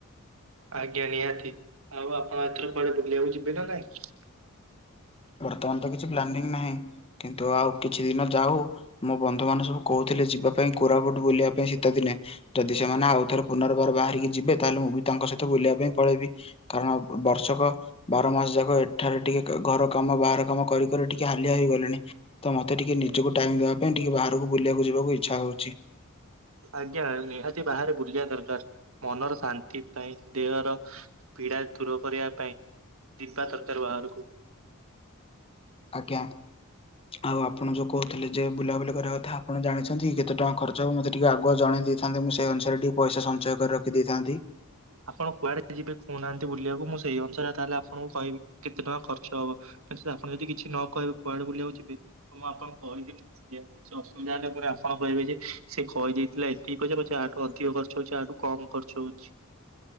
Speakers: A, on the right; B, on the left.
A: ଆଜ୍ଞା ନିହାତି ଆଉ ଆପଣ ଏଥର କୁଆଡେ ବୁଲିବାକୁ ଯିବେ ନା ନାଇଁ?
B: ବର୍ତ୍ତମାନ ତ କିଛି ପ୍ଲାନିଂ ନାହିଁ କିନ୍ତୁ ଆଉ କିଛି ଦିନ ଯାଉ ମୋ ବନ୍ଧୁ ମାନେ ସବୁ କହୁଥିଲେ ଯିବା ପାଇଁ କୋରାପୁଟ ବୁଲିବା ପାଇଁ ସୀତ ଦିନେ ଯଦି ସେମାନେ ଆଉ ଥରେ ପୁନର୍ବାର ବାହାରିକି ଯିବେ ତାହେଲେ ମୁଁ ବି ତାଙ୍କ ସହିତ ବୁଲିବା ପାଇଁ ପଳେଇବି। କାରଣ ବର୍ଷକ ବାର ମାସ ଯାକ ଏଠାରେ ଟିକେ ଘର କାମ ବାହାର କାମ କରିି କରି ଟିକେ ହାଲିଆ ହେଇ ଗଲିଣି। ତ ମୋତେ ଟିକେ ନିଜକୁ ଟାଇମ ଦେବା ପାଇଁ ଟିକେ ବାହାରକୁ ବୁଲିବାକୁ ଯିବାକୁ ଇଚ୍ଛା ହଉଛି।
A: ଆଜ୍ଞା ନିହାତି ବାହାରେ ବୁଲିବା ଦରକାର ମନର ଶାନ୍ତି ପାଇଁ ଦେହର ପୀଡା ଦୂର କରିବା ପାଇଁ ଦିବା <unintelligible> ତରକାରୀ ବାହାରକୁ
B: ଆଜ୍ଞା। ଆଉ ଆପଣ ଯୋଉ କହୁଥିଲେ ଯେ ବୁଲାବୁଲି କରିବା କଥା ଆପଣ ଜାଣିଛନ୍ତି କେତେ ଟଙ୍କା ଖର୍ଚ୍ଚ ହେବ ମୋତେ ଟିକେ ଆଗୁଆ ଜଣେଇ ଦେଇ ଥାନ୍ତେ ମୁଁ ସେଇ ଅନୁସାରେ ଟିକେ ପଇସା ସଞ୍ଚୟ କରି ରଖି ଦେଇଥାନ୍ତି।
A: ଆପଣ କୁଆଡେ ଯିବେ କହୁନାହାନ୍ତି ବୁଲିବାକୁ ମୁଁ ସେଇ ଅନୁସାରେ ତାହେଲେ ଆପଣଙ୍କୁ କହିବି କେତେ ଟଙ୍କା ଖର୍ଚ୍ଚ ହବ ତି ଆପଣ ଯଦି କିଛି ନ କହିବେ କୁଆଡେ ବୁଲିବାକୁ ଯିବେ ମୁଁ ଆପଣଙ୍କୁ କହିି ହ <inaudible> ଅସୁବିଧା ହେଲେ ପରେ ଆପଣ କହିବେ ଯେ ସେ କହିଯେଇଥିଲା ଏତିକି ପଇସା ପଛ ଆଠୁ ଅଧିକ ଖର୍ଚ ହଉଛି ଆଠୁ କମ ଖର୍ଚ୍ଚ <unintelligible> ର ଅଛି